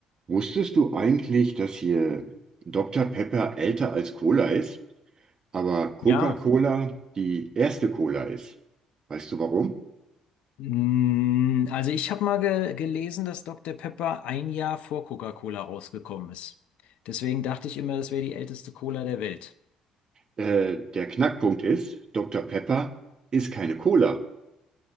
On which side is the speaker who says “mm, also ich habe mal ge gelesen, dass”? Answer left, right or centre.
Left